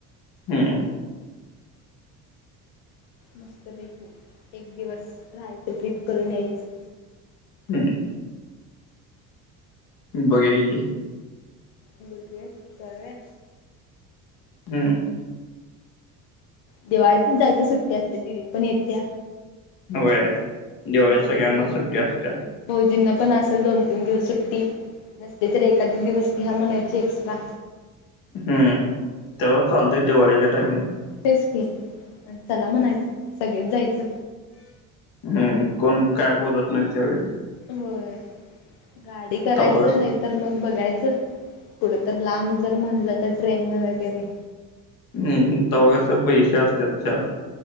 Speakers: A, on the left; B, on the left.
A: हम्म.
B: मस्तपैकी एक दिवस राहायचं ट्रीप करून यायचं.
A: हम्म. बघूया कि.
B: बघूयात जावूया.
A: हम्म.
B: दिवाळीतचं जायचं सुट्टी असतिया दिदी पण येतिया.
A: व्हय दिवाळीत
B: भाऊजी
A: सगळ्यांनांच
B: भाऊ
A: सुट्टी असतिया.
B: भाऊजींना पण असल दोन तीन दिवस सुट्टी. नसली तर एखादी दिवस घ्या म्हणायची एक्स्ट्रा.
A: हम्म तेव्हा चालतंय दिवाळीच्या टाइमिंगला.
B: तेच की आन चला म्हणायचं सगळीच जायचं.
A: हम्म कोण काय बोलत नाहीत जावूया.
B: होय गाडी करायचं
A: तवास
B: नाही तर मग बघायचं कुढं तर लांब जर म्हणलं तर ट्रेननं वगैरे
A: हम्म तवा कस पैसे असत्यात चार.